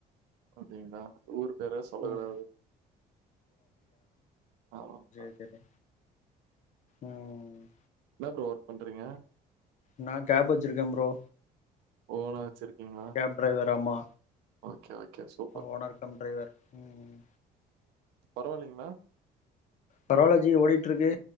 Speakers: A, on the right (about 80°); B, on the left (about 45°).
A: அப்டிங்ளா ஊரு பேறே சொல்லக்கூடாது
B: ம்
A: ஆமாங்க்கா
B: கேட்டே ம்
A: என்னா ப்ரோ ஒர்க் பண்றீங்க
B: நா கேப் வெச்சிருக்கே ப்ரோ
A: ஓனா வெச்சிருக்கீங்ளா
B: கேப் டிரைவர் ஆமா
A: ஓகே ஓகே சூப்
B: ஓனர் கம் டிரைவர் ம்
A: பரவால்லைங்ளா
B: பரவால்ல ஜி ஓடிட்ருக்கு